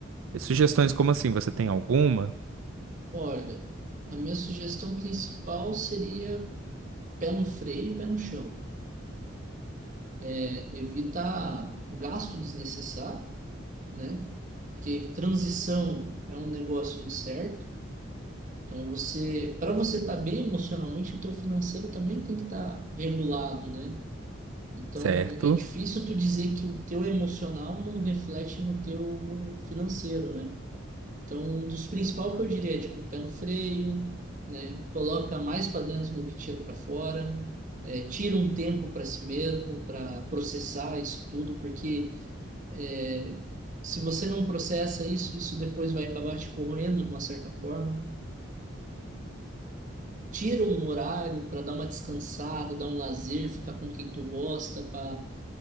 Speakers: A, on the right (about 85°); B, on the right (about 40°).
A: Sugestões como assim, você tem alguma?
B: Olha, a minha sugestão principal seria pé no freio e pé no chão. É, evitar gasto desnecessário, né? Porque transição é um negócio incerto. Então você, para você estar bem emocionalmente, o teu financeiro também tem que estar regulado, né? Então,
A: Certo?
B: é difícil tu dizer que o teu emocional não reflete no teu financeiro, né? Então, um dos principais que eu diria é, tipo, pé no freio, né? Coloca mais para dentro do que tira para fora. É, tira um tempo para si mesmo, para processar isso tudo, porque é, se você não processa isso, isso depois vai acabar te corroendo de uma certa forma. Tira um horário para dar uma descansada, dar um lazer, ficar com quem tu gosta, para